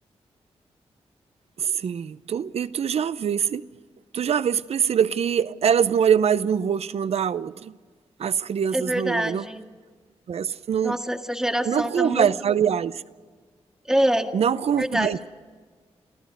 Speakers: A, on the right (about 65°); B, in the centre.
A: sim, tu e tu já visse tu já visse, Priscila, que elas não olham mais no rosto uma da outra. As crianças
B: É verdade.
A: não olham, conversam, não,
B: Nossa, essa geração
A: não conversa,
B: tá muito.
A: aliás,
B: É,
A: não conversa.
B: verdade.